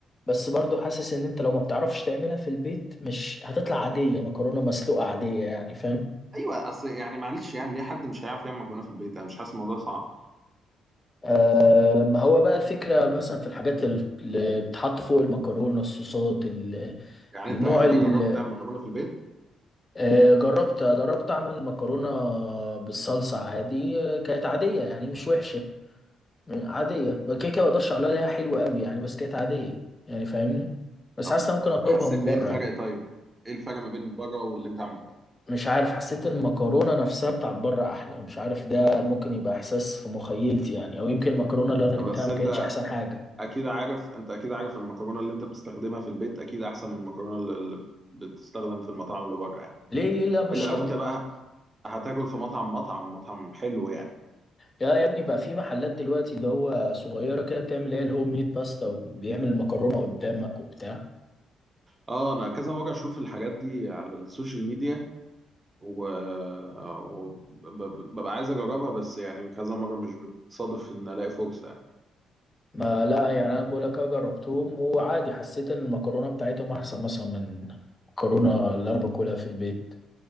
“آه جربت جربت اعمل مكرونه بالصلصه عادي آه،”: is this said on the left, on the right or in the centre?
Left